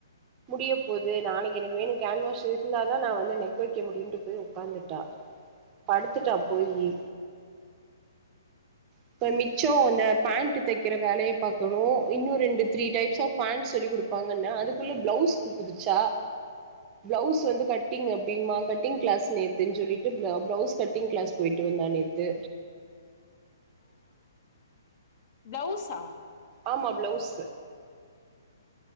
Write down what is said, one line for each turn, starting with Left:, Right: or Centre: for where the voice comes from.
Right: முடிய போது நாளைக்கு எனக்கு வேணு கேன்வாஸ் இருந்தாதா நா வந்து நெக்கு வைக்க முடியின்ட்டு போய் உட்காந்துட்டா படுத்துட்டா
Left: ம்
Right: போய்யி
Left: ம்
Right: இப்ப மிச்சம் அந்த பேண்ட் தைக்கிற வேலைய பாக்கணு இன்னு ரெண்டு த்ரீ டைப்ஸ் ஆஃப் பேண்ட்ஸ் சொல்லி குடுப்பாங்கன்னா அதுக்குள்ள ப்ளவுஸ்க்கு குதிச்சா ப்ளவுஸ் வந்து கட் கட்டிங் அப்டியுமா கட்டிங் கிளாஸ் நேத்துன்னு சொல்லிட்டு ப்ளவுஸ் கட்டிங் கிளாஸ் போயிட்டு வந்தா நேத்து
Left: ப்ளவுசா
Right: ஆமா ப்ளவுஸு